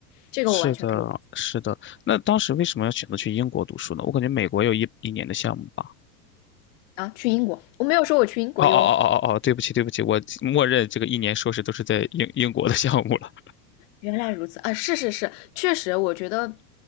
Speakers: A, on the left; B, on the left.
A: 这个我完全可以
B: 是的，是的。那当时为什么要选择去英国读书呢？我感觉美国有一一年的项目吧。
A: 啊。去英国，我没有说我去英国哟。
B: 哦哦哦哦哦，哦，对不起，对不起，我默认这个一年硕士都是在英英国的项目了。
A: 原来如此啊，是是是，确实，我觉得